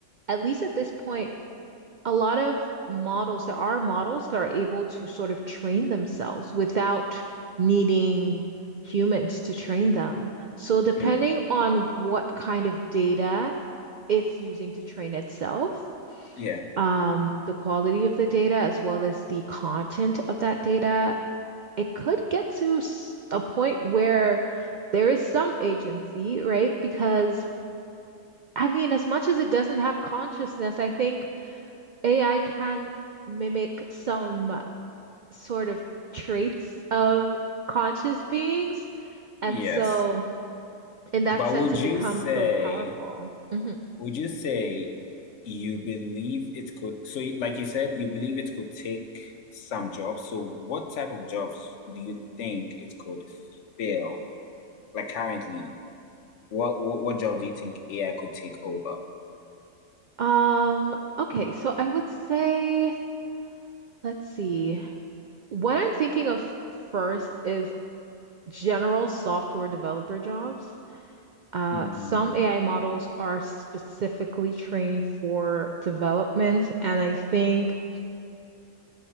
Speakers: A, on the right (about 75°); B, on the left (about 65°).
A: at least at this point, a lot of models, there are models that are able to sort of train themselves without needing humans to train them. So, depending
B: mhm.
A: on what kind of data it's using to train itself,
B: Yeah,
A: um, the quality of the data, as well as the content of that data, it could get to s- a point where there is some agency, right? Because I mean, as much as it doesn't have consciousness, I think AI can mimic some sort of traits of conscious beings. And
B: yes.
A: so, in that
B: But
A: sense,
B: would
A: it
B: you
A: becomes
B: say,
A: so powerful. Mhm.
B: would you say you believe it could, so you- like you said, you believe it could take some jobs. So what type of jobs do you think it could fill? Like currently, what what, what jobs do you think AI could take over?
A: Um, okay, so I would say, let's see. What I'm thinking of first is general software developer jobs. Uh,
B: Mm,
A: some AI models are specifically trained for development, and I think